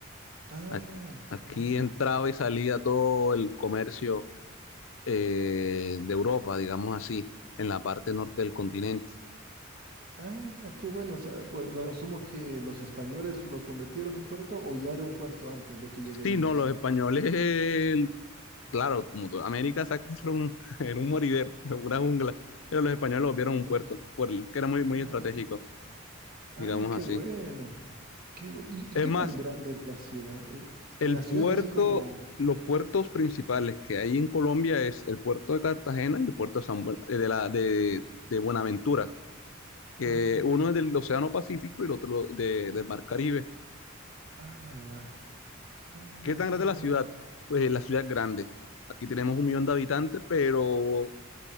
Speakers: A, on the right; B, on the left.
A: Ah,
B: Aquí, aquí
A: ah,
B: entraba
A: s-
B: y salía todo el comercio eh, de Europa, digamos así, en la parte norte del continente.
A: ah, qué bueno. O sea, bu- lo asumo que los españoles lo convirtieron en un puerto o ya era un puerto antes de que lleguen
B: Sí,
A: ellos.
B: no, los españoles claro, como toda América, ¿sabes que eso era un, <laughs> era un moridero, <laughs> una jungla? Pero los españoles lo vieron
A: <laughs>
B: un puerto, por el- que era muy, muy
A: Ah,
B: estratégico,
A: ah,
B: digamos
A: qué
B: así.
A: bueno. Qué bu- ¿Y,
B: Es
A: y qué
B: más,
A: tan grande es la ciudad? Eh,
B: el
A: La la ciudad
B: puerto,
A: es así como.
B: los puertos principales que hay en Colombia es el puerto de Cartagena y el puerto de, San Buen- eh, de, la, de, de Buenaventura, que
A: Mm,
B: uno es del Océano Pacífico y el otro de- del Mar Caribe.
A: ah, ya. Ah,
B: ¿Qué tan grande
A: qué
B: es
A: bueno.
B: la ciudad? Pues la ciudad es grande. Aquí tenemos un millón de habitantes, pero